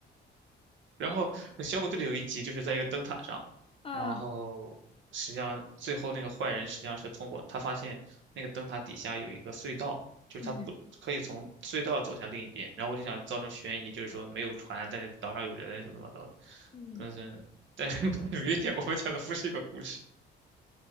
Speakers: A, on the right; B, on the left.
A: 然后小虎队里有一集就是在一个灯塔上，
B: 嗯
A: 然后实际上最后那个坏人实际上是通过他发现那个灯塔底下有一个隧道，就是他不可以从隧道走向另一边，
B: 嗯
A: 然后我就想造成悬疑，就是说没有船，但是岛上有人什么乱七八糟的，
B: 嗯。
A: 但是但是 <laughs> 很明显我们讲的不是一个故事。